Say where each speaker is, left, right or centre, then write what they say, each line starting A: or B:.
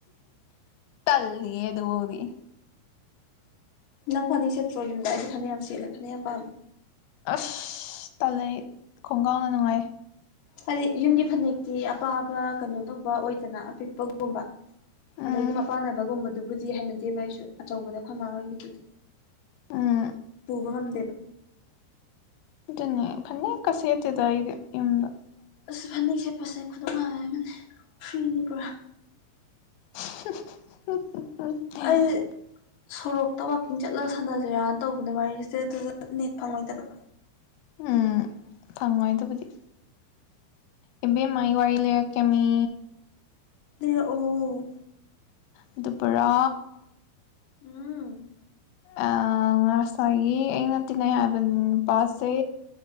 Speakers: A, on the left (about 85°); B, on the left (about 70°).
A: ꯇꯜ ꯑ ꯑꯗꯨ ꯍꯗꯤ
B: ꯅꯪ ꯐꯅꯦꯛ ꯁꯦꯇ꯭ꯔꯣ ꯌꯝꯗ ꯑꯩꯗꯤ ꯐꯅ ꯌꯥꯝ ꯁꯦꯠꯂꯦ ꯐꯅꯌꯥꯝ ꯌꯥꯝ ꯄꯥꯝꯃꯦ
A: ꯑꯁ ꯇꯥꯂꯩ ꯈꯣꯡꯒꯥꯎꯅ ꯅꯨꯡꯉꯥꯏ
B: ꯍꯥꯏꯗꯤ ꯌꯨꯝꯒꯤ ꯐꯅꯦꯛꯇꯤ ꯑꯄꯥꯕ ꯀꯩꯅꯣ ꯇꯧꯕ ꯑꯣꯏꯗꯅ ꯑꯄꯤꯛꯄꯒꯨꯝꯕ
A: ꯎꯝ
B: ꯑꯗꯒꯤ ꯃꯄꯥꯟ ꯅꯥꯏꯕꯒꯨꯝꯕꯗꯨꯕꯨꯗꯤ ꯍꯥꯏꯅꯗꯦꯕ ꯑꯩꯁꯨ ꯑꯆꯧꯕꯗ ꯈꯨꯣꯏꯃꯥ ꯍꯣꯏꯒꯤꯗꯨꯗꯤ ꯄ
A: ꯎꯝ
B: ꯄꯨꯕꯃꯝꯗꯦꯕ
A: ꯑꯗꯨꯅꯦ ꯐꯅꯤꯦꯛ ꯀꯁꯤꯌꯠꯗ ꯏ ꯏꯃꯗ
B: ꯑꯁ ꯐꯅꯦꯛ ꯁꯦꯠꯄꯁꯦ ꯈꯨꯗꯝꯣꯡ ꯍꯥꯏꯥꯏ ꯑꯃꯅꯤꯅꯤ ꯐ꯭ꯔꯤꯅꯤ ꯄꯨꯔꯥ
A: <inaudible>
B: ꯑꯩ ꯁꯣꯔꯣꯛꯇ ꯋꯥꯋꯥꯛꯀꯤꯡ ꯆꯠꯂꯒ ꯁꯥꯟꯅꯁꯤꯔꯥꯅ ꯇꯧꯕꯅꯦ ꯋꯥꯔꯤꯁꯦ ꯑꯗꯨꯗ ꯅꯦꯠ ꯐꯪꯉꯣꯏꯗꯕ
A: ꯎꯝ ꯐꯪꯉꯣꯏ ꯑꯗꯨꯕꯨꯗꯤ ꯑꯦꯕ ꯃꯥꯏ ꯋꯥꯔꯤꯂꯀꯃꯤ
B: ꯑꯣ
A: ꯑꯗꯨ ꯄꯨꯔꯥ
B: ꯑꯝ
A: ꯑ ꯉꯁꯥꯏꯒꯤ ꯑꯩꯅ ꯇꯤꯟꯅꯩ ꯍꯥꯏꯕ ꯅꯨꯄꯥꯁꯦ